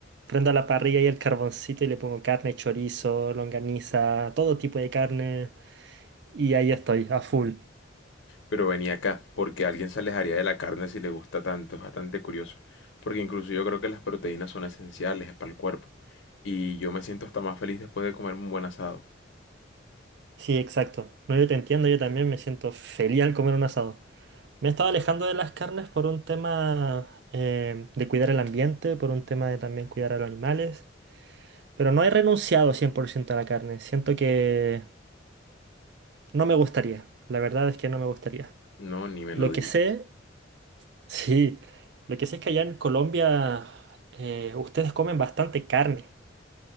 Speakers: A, on the right; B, on the left.
A: prendo la parrilla y el carboncito y le pongo carne, chorizo, longaniza, todo tipo de carne. Y ahí estoy, a full.
B: Pero venía acá, porque alguien se alejaría de la carne si le gusta tanto. Es bastante curioso. Porque incluso yo creo que las proteínas son esenciales para el cuerpo. Y yo me siento hasta más feliz después de comerme un buen asado.
A: Sí, exacto. No, yo te entiendo, yo también me siento feliz al comer un asado. Me he estado alejando de las carnes por un tema eh, de cuidar el ambiente, por un tema de también cuidar a los animales. Pero no he renunciado 100% a la carne. Siento que no me gustaría. La verdad es que no me gustaría.
B: No, ni me
A: Lo
B: lo digas.
A: que sé, <laughs> sí, lo que sé es que allá en Colombia eh, ustedes comen bastante carne.